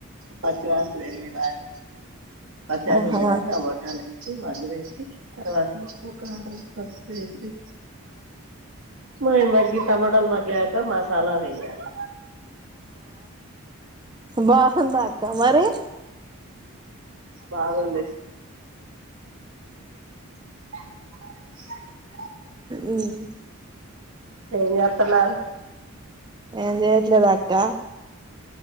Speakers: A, on the right (about 70°); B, on the right (about 20°).
A: పచ్చవాసనెల్లేదాక పచ్చాసన
B: ఆహా
A: పోయినాక టమాటాల మగ్గబెట్టి తర్వాత ఉప్పు కారం పసుపేసి మ మగ్గి టమాటాలు మగ్గాక మసాలా వేయాలి
B: బాందాక్క మరి
A: బాగుంది <inaudible>
B: ఉమ్
A: ఏం జేస్తన్నారు
B: ఏం జేయట్లేద అట్ట